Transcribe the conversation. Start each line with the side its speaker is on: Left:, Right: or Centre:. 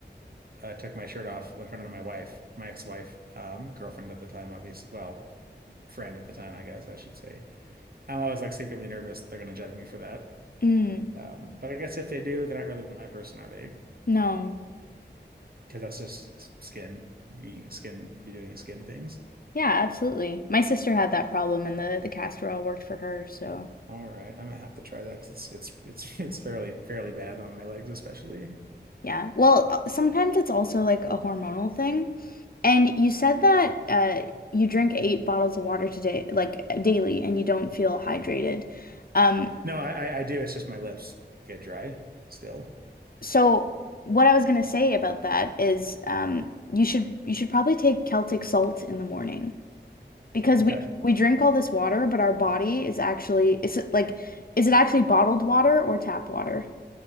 Right: I uh, took my shirt off in front of my wife, my ex-wife, um, girlfriend at the time, obviously, well, friend at the time, I guess I should say. I'm always like secretly nervous they're gonna judge me for that.
Left: Mm.
Right: Um, but I guess if they do, they're not really my person, are they?
Left: No.
Right: Because that's just skin being skin be doing skin things.
Left: Yeah, absolutely. My sister had that problem and the the castor oil worked for her, so
Right: All right, I might have to try that because it's it's it's <laughs> it's fairly fairly bad on my legs, especially.
Left: Yeah. Well, uh, sometimes it's also like a hormonal thing. And you said that uh, you drink eight bottles of water today, like uh, daily, and you don't feel hydrated. Um,
Right: No, I, I I do. It's just my lips get dry still.
Left: so what I was gonna say about that is um, you should you should probably take Celtic salt in the morning because
Right: Okay,
Left: we we drink all this water, but our body is actually is it like is it actually bottled water or tap water?